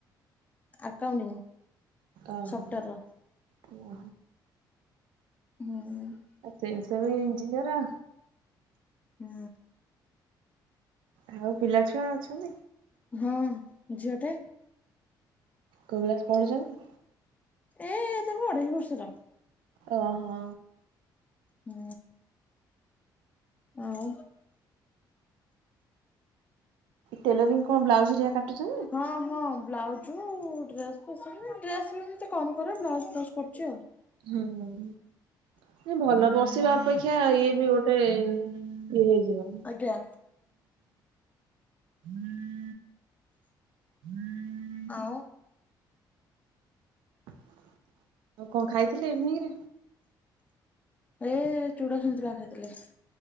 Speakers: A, on the left; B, on the right.
A: ଆକାଉଣ୍ଟିଂ
B: ଓ
A: ସଫ୍ଟୱେର
B: ହୋ। ଓୋ
A: ହୁଁ
B: ଆ ସେନ ସେ ଏଞଜିନୟର।
A: ହୁଁ।
B: ଆଉ ପିଲାଛୁଆ ଅଛନ୍ତି?
A: ହଁ ଝିଅଟେ।
B: କୋଉ କ୍ଲାସ ପଡୁଛନ୍ତି?
A: ଏ ତାକୁ ଅଢ଼େଇ ବର୍ଷ ର
B: ଓହୋ।
A: ହୁଁ। ଆଉ?
B: ଟେଲରିଂ କଣ ବ୍ଲାଉଜ ରେଆ କାଟୁଛନ୍ତି ନ?
A: ହଁ ହଁ ବ୍ଲାଉଜ ଡ୍ରେସ୍ ଡ୍ରେସ ବି ମତେ କମ କରେ ବ୍ଲାଉଜ ଫ୍ଲାଉଜ କରୁଛି ଆଉ।
B: ହୁଁ ଭଲ ବସିବା ଅପେକ୍ଷା ଇଏ ବି ଗୋଟେ ସେ ଇଏ ହେଇଯିବ।
A: ଆଜ୍ଞା।
B: ହୁଁ। ହୁଁ <unintelligible>
A: ଆଉ
B: ଆଉ କଣ ଖାଇଥିଲେ ଇଭିନିଂ ରେ?
A: ଏ ଚୁଡା ସନ୍ତୁଳା ଖାଇଥିଲେ